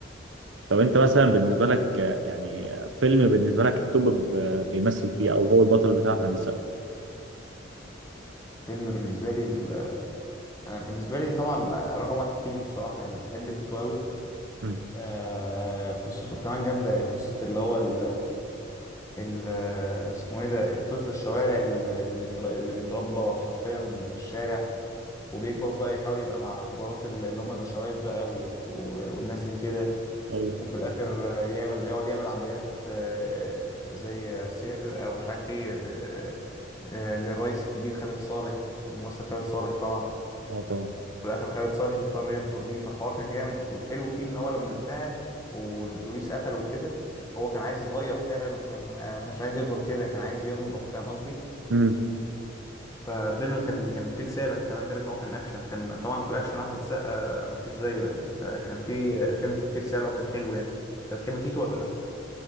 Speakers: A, on the right; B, on the left.
A: طب انت مثلا بالنسبه لك آه، يعني آه، فيلم بالنسبه لك التوب ب- بيمثل فيه او هو البطل بتاع احمد السقا
B: فيلم بالنسبة لي ال- انا بالنسبة لي طبعا رقم واحد تيتو الصراحة يعني بحب تيتو قوي
A: مم.
B: آه، قصته كمان جامدة يعني قصة اللي هو ال- ال- اسمه ايه ده الطفل الشوارع ال- اللي بيتر- اللي بيتربى حرفيا في الشارع وبيكبر بقى يحاول يبقى مع كبارات ال- اللي هم البشوات بقى وك- والناس دي كده
A: ايوه
B: وفي الاخر يعمل يقعد يعمل عمليات آه، زي سرقة ومش عارف ايه ب- آه، للرئيس الكبير خالد صالح الممثل خالد صالح طبعا
A: اه طبعا
B: وفي الاخر خالد صالح يضطر يغدر بيه فالحوار كان جامد والحلو فيه ان هو لما انتهى والبوليس قتله وكده هو كان عايز يتغير فعلا وكان ما كانش عايز يفضل كده كان عايز ينضف فاهم قصدي
A: امم
B: فالفيلم كان كان فيه رسالة كمان غير ان هو كان اكشن كان طبعا في الاكشن احمد السقا مفيش زيه يعني فكان فيه الفيلم كان فيه رسالة وكان حلو يعني انت بتحب تيتو ولا لا